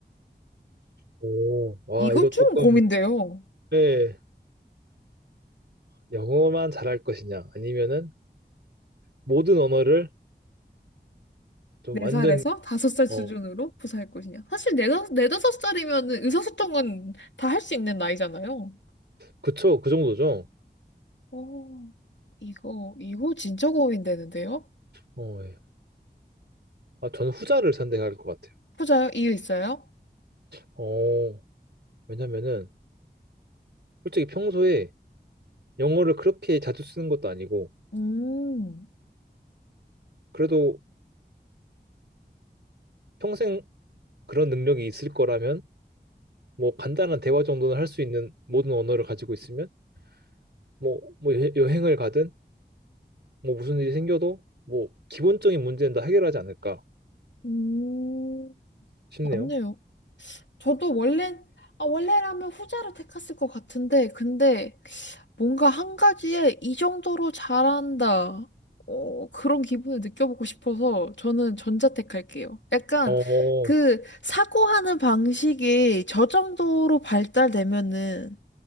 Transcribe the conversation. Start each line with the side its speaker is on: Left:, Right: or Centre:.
Right: 오, 와,
Left: 이거
Right: 이거
Left: 좀
Right: 조금,
Left: 고민돼요.
Right: 네 영어만 잘할 것이냐, 아니면은 모든 언어를 좀
Left: 네살에서
Right: 완전,
Left: 다섯 살 수준으로
Right: 어,
Left: 구사할 것이냐. 사실 네 다- 네 다섯 살이면 의사소통은 다 할 수 있는 나이잖아요.
Right: 그쵸. 그 정도죠.
Left: 어, 이거, 이거 진짜 고민되는데요?
Right: 어, 예. 아, 저는 후자를 선택할 것 같아요.
Left: 후자요? 이유 있어요?
Right: 어, 왜냐면은 솔직히 평소에 영어를 그렇게 자주 쓰는 것도 아니고,
Left: 음,
Right: 그래도 평생 그런 능력이 있을 거라면 뭐 간단한 대화 정도는 할 수 있는 모든 언어를 가지고 있으면 뭐, 뭐 여- 여행을 가든 뭐 무슨 일이 생겨도 뭐 기본적인 문제는 다 해결하지 않을까
Left: 음,
Right: 싶네요.
Left: 맞네요. 저도 원래, 아, 원래라면 후자로 택했을 것 같은데, 근데 뭔가 한 가지에 이 정도로 잘한다. 어, 그런 기분을 느껴보고 싶어서 저는 전자 택할게요. 약간
Right: 어,
Left: 그 사고하는 방식이 저 정도로 발달되면은